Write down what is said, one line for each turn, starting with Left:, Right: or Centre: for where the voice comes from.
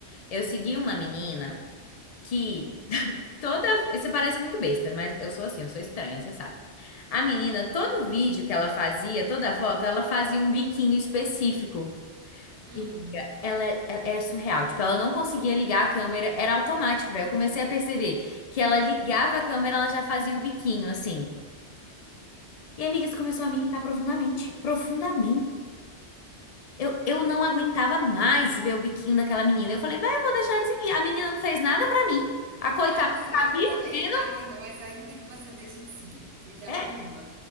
Left: eu segui uma menina que toda. Isso parece muito besta, mas eu sou assim, eu sou estranha, você sabe. A menina, todo vídeo que ela fazia, toda foto, ela fazia um biquinho específico.
Right: Hum.
Left: E, amiga, ela é, é- é surreal. Tipo, ela não conseguia ligar a câmera, era automático, velho. Eu comecei a perceber que ela ligava a câmera, ela já fazia o biquinho, assim. E, amiga, isso começou a me irritar profundamente. Profundamente. Eu, eu não aguentava mais ver o biquinho daquela menina. Eu falei, vai, eu vou deixar de seguir. A menina não fez nada pra mim. A coitada
Right: Amiga,
Left: tá
Right: <laughs> exatamente,
Left: vivendo.
Right: amiga, mas ainda que você deixe de seguir, porque a
Left: É,
Right: minha irmã,